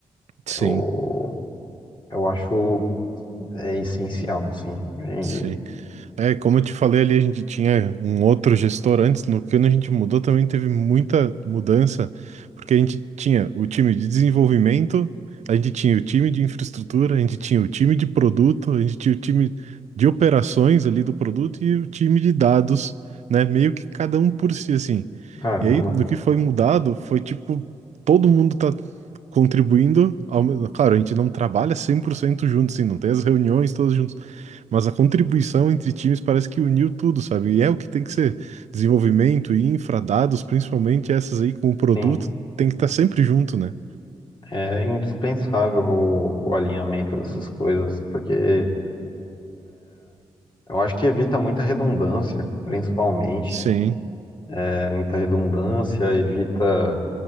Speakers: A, on the right; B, on the left.
A: Sim,
B: Eu, eu acho é essencial, assim, hoje em
A: sim.
B: dia.
A: É, como eu te falei ali, a gente tinha um outro gestor antes, no que a gente mudou também teve muita mudança, porque a gente tinha o time de desenvolvimento, a gente tinha o time de infraestrutura, a gente tinha o time de produto, a gente tinha o time de operações ali do produto e o time de dados, né? Meio que cada um por si, assim.
B: Caramba,
A: E aí, no que foi mudado, foi tipo, todo mundo tá contribuindo, ao mesmo... claro, a gente não trabalha 100% junto, assim, não tem as reuniões todas juntas mas a contribuição entre times parece que uniu tudo, sabe? E é o que tem que ser. Desenvolvimento e infra, dados, principalmente essas aí com o produto,
B: sim.
A: tem que estar sempre junto, né?
B: É indispensável o, o alinhamento dessas coisas, porque eu acho que evita muita redundância, principalmente.
A: Sim,
B: É, muita redundância, evita